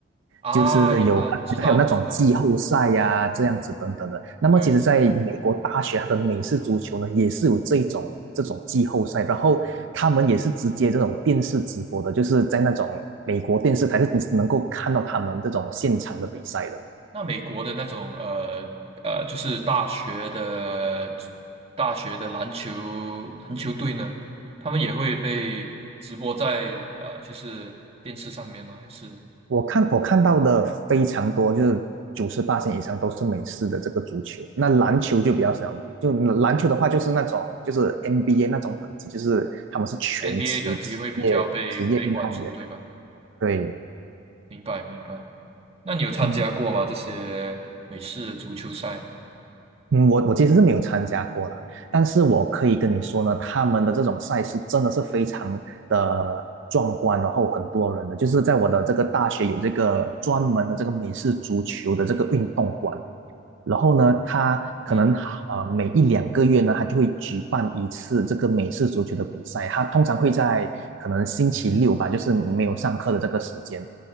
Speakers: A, on the right; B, on the right.
A: 啊，
B: 就是有还有那种季后赛呀、
A: 也啊，知道知道，
B: 这样子等等的。那么其实，
A: 对。
B: 在美国大学，它的美式足球呢也是有这种这种季后赛，然后他们也是直接这种电视直播的，就是在那种美国电视台是能够看到他们这种现场的比赛的。
A: 那美国的那种呃呃，就是大学的大学的篮球篮球队呢，他们也会被直播在呃，就是电视上面吗？还是
B: 我看我看到的非常多，就是九十八线以上都是美式的这个足球，那篮球就比较少。就篮球的话，就是那种就是 NBA 那种等级，就是他们是全职职业职业运动员。
A: NBA 等级会比较被被关注，对吧？
B: 对，
A: 明白明白。那你有参加过吗？
B: 嗯
A: 这些美式足球赛？
B: 嗯，我我其实是没有参加过了，但是我可以跟你说呢，他们的这种赛事真的是非常的壮观，然后很多人的，就是在我的这个大学有这个专门的这个美式足球的这个运动馆。然后呢，他可能呃每一两个月呢，
A: 嗯
B: 他就会举办一次这个美式足球的比赛。他通常会在可能星期六吧，就是没有上课的这个时间。